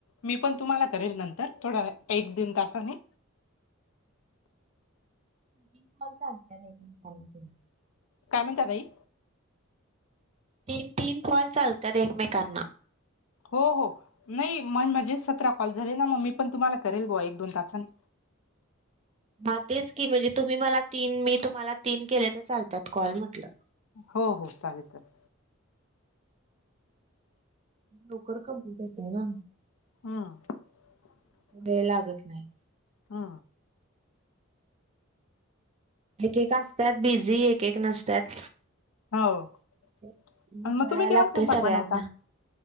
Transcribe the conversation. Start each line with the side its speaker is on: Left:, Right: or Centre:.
Left: मी पण तुम्हाला करेन नंतर थोडा वेळ, एक दोन तासांनी.
Right: काल सांच्याला इथून कॉल केला.
Left: काय म्हणता ताई?
Right: तीन तीन कॉल चालतात एकमेकांना.
Left: हो हो नाही मण म्हणजे सतरा कॉल झाले ना मग मी पण तुम्हाला करेल बुवा एक दोन तासांनी.
Right: हा तेच की म्हणजे तुम्ही मला तीन, मी तुम्हाला तीन केले तर चालतात कॉल म्हटलं.
Left: हो हो चालेल चालेल.
Right: लवकर कम्प्युटर घेताय ना.
Left: हम्
Right: वेळ लागत नाही.
Left: हा
Right: एक एक असत्यात बिझी, एक एक नस- त्यात.
Left: हो
Right: विचाराय
Left: आणि मग तुम्ही केव्हा
Right: लागतय
Left: स्वयंपाक
Right: सगळ्यांना.
Left: बनवता?